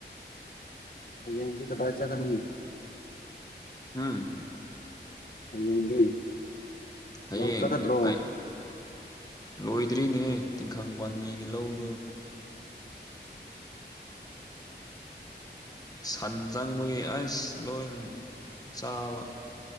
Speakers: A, on the left; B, on the left.
A: ꯍꯌꯦꯡꯗꯤ ꯀꯗꯥꯏ ꯆꯠꯀꯅꯤ
B: ꯎꯝ
A: ꯍꯌꯦꯡꯗꯤ
B: ꯍꯌꯦꯡ
A: ꯂꯧ ꯆꯠꯀꯗ꯭ꯔꯣ
B: ꯑꯩ ꯂꯣꯏꯗ꯭ꯔꯤꯅꯦꯍꯦ ꯇꯤꯡꯈꯪ ꯄꯥꯟꯕꯤꯒꯤ ꯂꯧꯗꯣ ꯁꯟ ꯆꯪꯕꯒꯤ ꯑꯁ ꯂꯣꯏꯟ ꯆꯥꯕ